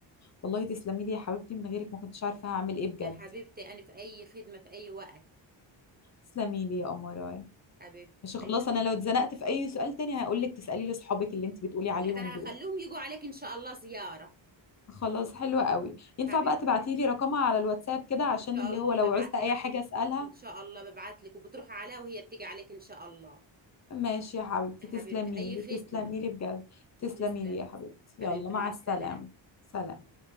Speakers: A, on the left (about 35°); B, on the right (about 20°).
A: والله تسلمي لي يا حبيبتي من غيرك ما كنتش عارفة هعمل ايه بجد
B: يا حبيبتي انا في اي خدمه في اي وقت
A: تسلمي لي يا قمراية
B: حبيبتي
A: مش خلاص
B: اي خدمه
A: انا لو اتزنقت في اي سؤال تاني هقول لك تسألي لي اصحابك اللي انتي بتقولي عليهم
B: لا ده انا
A: دول
B: هخليهم يجوا عليك ان شاء الله زياره
A: خلاص حلوة قوي ينفع
B: حبيبتي
A: بقى تبعتي لي رقمها على الواتساب كده عشان
B: ان شاء
A: اللي
B: الله
A: هو لو
B: ببعت
A: عوزت
B: لك
A: اي
B: عشان
A: حاجة اسألها
B: ان شاء الله ببعت لك وبتروحي عليها وهي بتيجي عليك ان شاء الله
A: ماشي يا حبيبتي
B: يا حبيبتي
A: تسلمي
B: اي
A: لي
B: خدمة
A: تسلمي لي بجد تسلمي
B: تسلم
A: لي يا حبيبتي يلا
B: حبيبتي
A: مع
B: مع
A: السلامة
B: السلامة
A: سلام